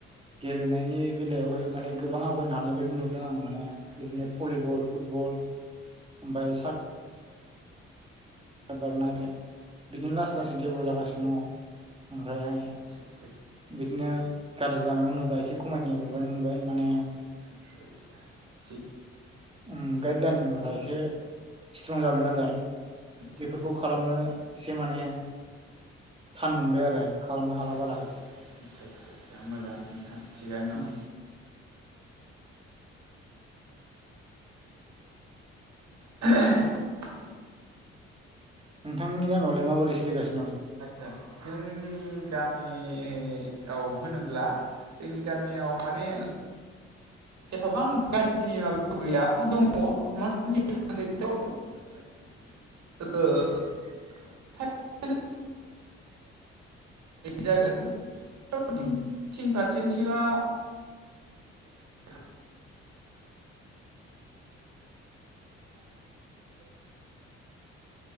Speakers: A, on the right; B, on the right.
A: गेलेनायनि बेलायावहाय माने गोबां आवगायनो हानाय बायदि नुदों आं माने
B: आतसा
A: बिदिनो
B: आतसा
A: भलिबल
B: आतसा
A: फुटबल ओमफ्राय सा बार नायबाय बिदिनो लासै लासै
B: आतसा
A: डेभलप जागासिनो
B: आतसा
A: दङ ओमफ्रायहाय
B: आतसा
A: बिदिनो गाज्रि लामायाव होनोबा एसे खमायनाय नुबियनो मोनबाय माने
B: आदसा आदसा थिग
A: उम गाइडलाइनफोरा एसे स्ट्रं जाबाय नालाय
B: आतसा
A: बेफोरखौ
B: आतसा आतसा
A: खालामनो एसे माने थान मोनबाय आरो खालामनो हाला
B: आदसा
A: बारा
B: आदसा आदसा आदसा मोजां नोंथां थिगनो
A: उम
B: दं। <inaudible>
A: नोंथांमोननियाव मारै सलिगासिनो?
B: आदसा जोंनि गामियाव होनोब्ला जोंनि गामियाव माने एफाबां गाज्रि माबायाव गैया दङ <unintelligible> <unintelligible> <inaudible> जागोन
A: उम
B: <inaudible> थिन पारसेन्टसोआ <inaudible> <inaudible> <unintelligible> <unintelligible>